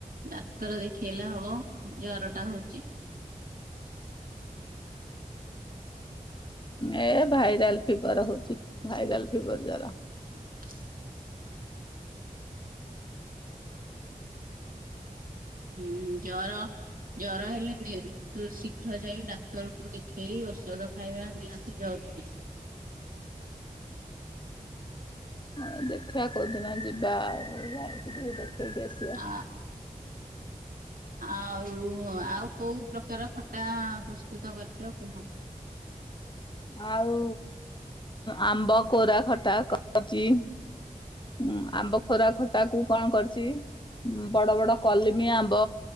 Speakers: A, on the right (about 75°); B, on the left (about 35°).
A: ଡାକ୍ତର ଦେଖେଇଲେ ହବ ଜର ଟା ହଉଚି।
B: ଏ ଭାଇରାଲ୍ ଫିବର୍ ହଉଚି, ଭାଇରାଲ୍ ଫିବର୍ ଜର।
A: <inaudible> ହୁଁ, ଜର ଜର ହେଲେ, ନି-ତୁ ଶୀଘ୍ର ଯାଇ ଡାକ୍ତରକୁ ଦେଖେଇ ଔଷଧ ଖାଇବା ନିହାତି ଜରୁରୀ।
B: ହଁ ଦେଖିଆ କୋଉଦିନ ଯିବା ଆଉ, ଯାଇକି ଟିକେ ଦେଖେଇକି ଆସିବା।
A: ଆ ଆଉ, ଆଉ କୋଉ ପ୍ରକାର ଖଟା ପ୍ରସ୍ତୁତ କରିଚ କୁହ?
B: ଆଉ, ଆମ୍ବ କୋରା ଖଟା କ କରଚି, ଉଁ, ଆମ୍ବ ଖରା ଖଟା କୁ କଣ କରଚି ଉଁ, ବଡ ବଡ କଲିମି ଆମ୍ବ